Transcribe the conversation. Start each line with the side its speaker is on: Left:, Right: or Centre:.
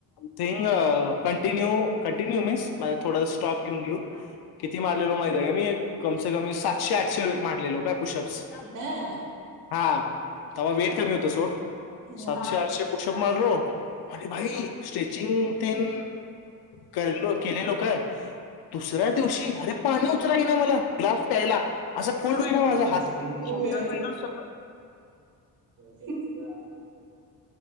Left: थिंंग कंटिन्यू कंटिन्यू मिी्स थोडा स्टॉप घेऊन घेऊन किती मारलेल माहिती आहे का मी एक कमसे कमी सातशे आठशे मारलेलो काय. पुशअप्स.
Right: हा
Left: हा ते्हा वेट कमी होतं सोड.
Right: हा.
Left: सातशे आठशे पुशप मारलो. आणि भाई स्टेचिंग तेन केलेलो काय. दुसऱ्या दिवशी अरे पाणी उचलाय ना मला ग्लास प्यायला असा फोल्ड होई ना माझा
Right: होय
Left: हात सोल्डर बिल्डर सगळं
Right: हम.